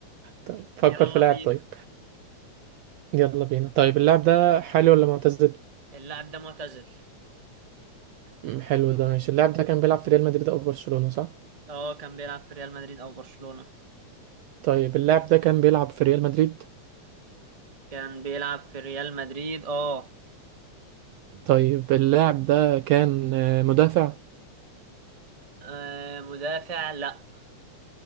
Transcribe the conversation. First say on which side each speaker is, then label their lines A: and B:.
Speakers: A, on the right (about 75°); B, on the right (about 25°).
A: طيب فكر
B: يلا
A: في لاعب
B: بينا
A: طيب يلا بينا طيب اللاعب ده حالي ولا معتزل
B: اللاعب ده معتزل
A: أمم، حلو ده ماشي اللاعب ده كان بيلعب في ريال مدريد او برشلونة صح
B: اه كان بيلعب في ريال مدريد او برشلونة
A: طيب اللاعب ده كان بيلعب في ريال مدريد
B: كان بيلعب في ريال مدريد اه
A: طيب اللاعب ده كان آه، مدافع
B: آه، مدافع لا